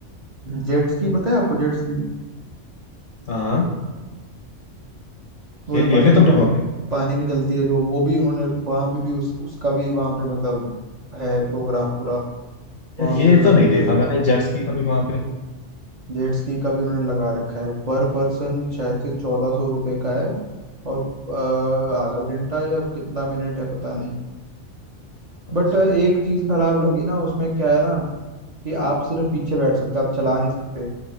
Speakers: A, on the right; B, on the left.
A: जेट्स की पता है आपको जेट्स की
B: हाँ हाँ
A: वो
B: खेल
A: जो पानी
B: लिया क्या तुमने वहां पे
A: पानी में चलती है जो वो भी उन्होंने वहां पे भी उस उसका भी वहां पे मतलब है प्रोग्राम पूरा वहां
B: यार ये
A: पे
B: तो
A: होता
B: नहीं देखा
A: है
B: मैंने जेट्स की कभी वहां पे
A: जेट स्की का भी उन्होंने लगा रखा है पर पर्सन शायद से चौदह सौ रुपये का है और अ,
B: अच्छा
A: आधा घंटा या कितना मिनट है पता नहीं
B: अच्छा
A: बट एक
B: अच्छा।
A: चीज खराब लगी ना उसमें क्या है ना कि आप सिर्फ पीछे बैठ सकते हो आप चला नहीं सकते